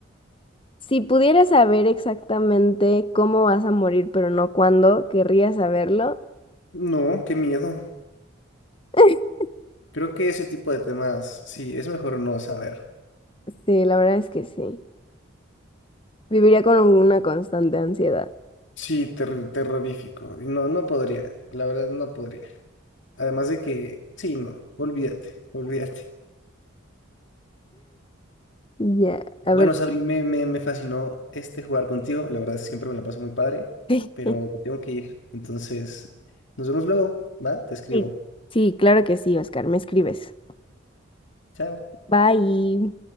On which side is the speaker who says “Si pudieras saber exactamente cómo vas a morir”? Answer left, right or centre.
Left